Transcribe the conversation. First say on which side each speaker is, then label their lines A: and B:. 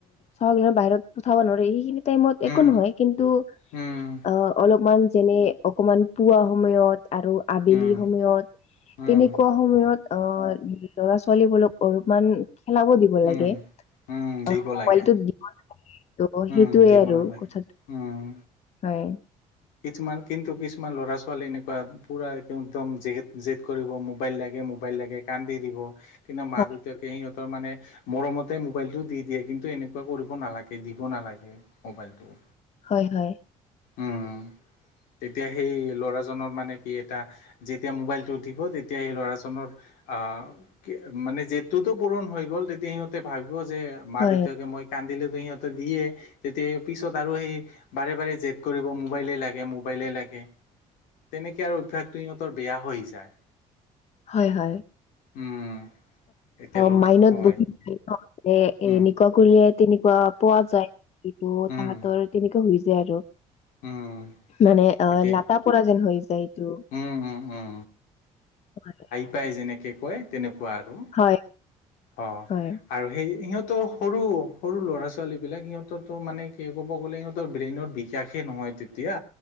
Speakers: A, on the left; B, on the left.
A: চবে ধৰ বাহিৰত পঠাব নোৱাৰে সেইখিনি টাইমত
B: উম
A: একো নহয়, কিন্তু
B: উম
A: অ অলপমান যেনে অকণমান পুৱা সময়ত আৰু আবেলিৰ
B: উম
A: সময়ত
B: উম
A: তেনেকুৱা সময়ত অ ল'ৰা ছোৱালী বিলাকক অলপমান খেলাব দিব লাগে।
B: উম উম
A: অ
B: দিব
A: মোবাইলটোত
B: লাগে।
A: দি ত'
B: উম
A: সেইটোয়ে
B: দিব
A: আৰু
B: নালাগে
A: কথাটো
B: উম।
A: হয়
B: কিছুমান কিন্তু কিছুমান ল'ৰা ছোৱালী এনেকুৱা পুৰা একদম জে দ কৰিব মোবাইল লাগে মোবাইল লাগে কান্দি দিব। কিন্তু মা
A: হয়
B: দেউতাকে সিহঁতৰ মানে মৰমতে মোবাইলটো দি দিয়ে কিন্তু এনেকুৱা কৰিব নালাগে। দি দিব নালাগে মোবাইলটো।
A: হয় হয়।
B: উম তেতিয়া সেই ল'ৰাজনৰ মানে কি এটা যেতিয়া মোবাইলটো উঠিব তেতিয়া সেই ল'ৰাজনৰ আহ মানে জেদটোতো পূৰণ হৈ গ'ল তেতিয়া সিহঁতে ভাবিব যে মা
A: হয়
B: দেউতাকে মই কান্দিলেতো সিহঁত দিয়ে তেতিয়া পিছত আৰু সেই বাৰে বাৰে জেদ কৰিব মোবাইলে লাগে মোবাইলে লাগে।
A: <unintelligible>
B: তেনেকে আৰু অভ্যাসটো সিহঁতৰ বেয়া হৈ যায়।
A: হয় হয়।
B: উম এতিয়া
A: অ
B: ল'ৰা
A: মাইনত
B: হয়।
A: বহি দিয়ে ন। এ
B: উম,
A: এনেকুৱা কৰিলে দে তেনেকুৱা পোৱা যায় যিতো
B: উম,
A: তাহাঁত ধৰ তেনেকুৱা হৈ যায় আৰু
B: উম,
A: মানে অ
B: এতিয়া
A: লাটা পৰা যেন হৈ যায়। এইটো
B: উম উম উম।
A: হয়
B: প্ৰায় যেনেকৈ কয় তেনেকুৱা আৰু।
A: হয়
B: অ
A: হয়
B: আৰু সেই সিহঁতৰ সৰু সৰু ল'ৰা ছোৱালীবিলাক সিহঁতৰটো মানে কি ক'ব গ'লে সিহঁতৰ ব্ৰেইনত বি কাশে নহয় তেতিয়া